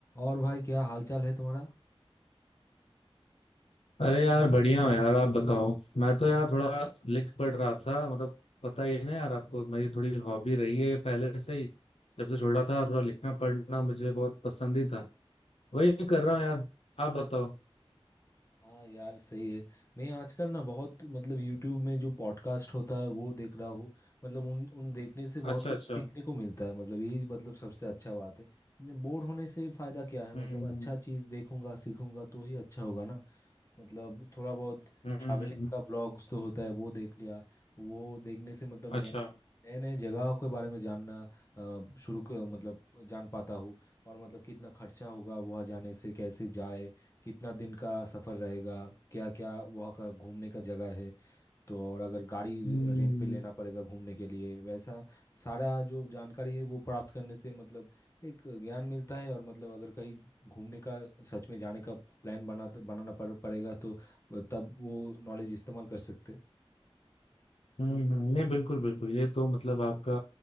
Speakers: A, on the left; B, on the left.
A: और भाई क्या हालचाल है तुम्हारा
B: अरे यार बढ़िया हो यार आप बताओ मैं तो यार थोड़ा लिख पढ़ रहा था मतलब पता ही है ना यार आपको मेरी थोड़ी हॉबी रही है पहले से ही जब से छोटा था थोड़ा लिखना पढ़ना मुझे बहुत पसंद ही था वही कर रहा हूँ यार आप बताओ
A: हाँ यार सही है मैं आजकल ना बहुत मतलब YouTube में जो पॉडकास्ट होता है वो देख रहा हूँ मतलब उन उन देखने से बहुत
B: अच्छा
A: कुछ
B: अच्छा
A: सीखने को मिलता है मतलब यही मतलब सबसे अच्छा बात है बोर होने से फायदा क्या है
B: हम्म
A: मतलब
B: हम्म
A: अच्छा चीज़ देखूंगा सीखूंगा तो ही अच्छा होगा ना मतलब थोड़ा बहुत
B: हम्म
A: ट्रैवलिंग
B: हम्म, हम्म,
A: का ब्लॉग्स तो होता है वो देख लिया वो देखने से मतलब नए
B: अच्छा
A: नए नए जगह के बारे में जानना अ, शुरू क- मतलब जान पाता हूँ और मतलब कितना खर्चा होगा वहाँ जाने से कैसे जाए कितना दिन का सफ़र रहेगा क्या क्या वहाँ का घूमने का जगह है तो और अगर गाड़ी
B: हम्म
A: रेंट पे लेना पड़ेगा घूमने के लिए वैसा सारा जो जानकारी है वो प्राप्त करने से मतलब एक ज्ञान मिलता है और मतलब अगर कहीं घूमने का सच में जाने का प्लान बना बनाना पड़, पड़ेगा तो तब वो नॉलेज इस्तेमाल कर सकते हैं।
B: हम्म हम्म, नहीं बिल्कुल बिल्कुल ये तो मतलब आपका